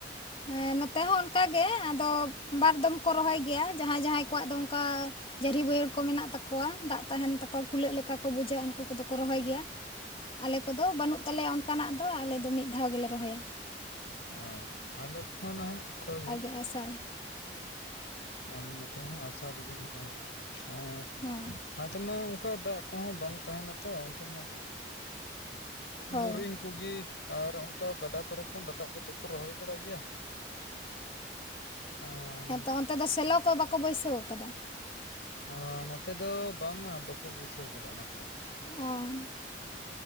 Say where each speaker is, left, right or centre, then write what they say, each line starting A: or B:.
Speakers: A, on the left; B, on the left.
A: ᱦᱮᱸ ᱱᱚᱛᱮ ᱦᱚᱸ ᱚᱱᱠᱟᱜᱮ ᱟᱫᱚ ᱵᱟᱨ ᱫᱚᱢ ᱠᱚ ᱨᱚᱦᱚᱭ ᱜᱮᱭᱟ ᱡᱟᱦᱟᱸᱭ ᱡᱟᱦᱟᱸᱭ ᱠᱚᱣᱟᱜ ᱫᱚ ᱚᱱᱠᱟᱼᱼ ᱡᱟᱹᱨᱤ ᱵᱟᱹᱭᱦᱟᱹᱲ ᱠᱚ ᱢᱮᱱᱟᱜ ᱛᱟᱼᱼ ᱠᱳᱣᱟ ᱫᱟᱜ ᱛᱟᱦᱮᱱ ᱛᱟᱠᱚᱣᱟ ᱯᱷᱩᱞᱟᱜ ᱞᱮᱠᱟ ᱠᱚ ᱵᱩᱡᱷᱟᱹᱣ ᱩᱱᱠᱩ ᱠᱚ ᱫᱚ ᱠᱚ ᱨᱚᱦᱚᱭ ᱜᱮᱭᱟ ᱟᱞᱮ ᱠᱚ ᱫᱚ ᱵᱟᱹᱱᱩᱜᱼᱼ ᱛᱟᱦᱟᱞᱮ ᱚᱱᱠᱟᱱᱟᱜ ᱫᱚ ᱟᱞᱮ ᱫᱚ ᱢᱤᱫ ᱫᱷᱟᱣ ᱜᱮᱞᱮ ᱨᱚᱦᱚᱭᱟ᱾
B: ᱦᱚᱸ ᱟᱞᱮ ᱠᱷᱚᱸ ᱱᱟᱜ ᱚᱱᱠᱟᱜᱮ
A: ᱟᱹᱥᱟᱲ
B: ᱟᱢ ᱱᱚᱛᱮ ᱦᱚᱸ ᱟᱥᱟᱹ ᱨᱮᱜᱮ ᱱᱟᱦᱟᱜ ᱱᱚᱝᱠᱟ
A: ᱦᱳᱭ
B: ᱟᱻ ᱱᱛᱮᱢᱟ ᱚᱱᱠᱟ ᱫᱟᱜᱼᱼ ᱠᱚᱦᱚᱸ ᱵᱟᱝ ᱛᱟᱦᱮᱱᱟ ᱛᱚ ᱚᱱᱛᱮᱢᱟ
A: ᱦᱳᱭ
B: ᱵᱩᱨᱤᱝᱼᱼ ᱠᱩᱜᱮ ᱟᱨ ᱚᱱᱠᱟ ᱜᱟᱰᱟ ᱠᱚᱨᱮ ᱠᱷᱚᱱ ᱨᱟᱠᱟᱵ ᱠᱟᱛᱮᱫ ᱠᱚ ᱨᱚᱦᱚᱭ ᱵᱟᱲᱟᱭ ᱜᱮᱭᱟ᱾ ᱟᱸ
A: ᱦᱮᱸ ᱛᱚ ᱚᱱᱛᱮ ᱫᱚ ᱥᱮᱞᱚ ᱠᱚ ᱵᱟᱠᱚ ᱵᱟᱹᱭᱥᱟᱹᱣ ᱟᱠᱟᱫᱟᱹ
B: ᱦᱟᱻᱱᱚᱛᱮ ᱫᱚ ᱵᱟᱝᱟ ᱵᱟᱠᱚ ᱵᱟᱭᱥᱟᱣ ᱟᱠᱟᱫᱟ ᱚᱱᱟ ᱠᱚᱫᱚ᱾
A: ᱚᱸ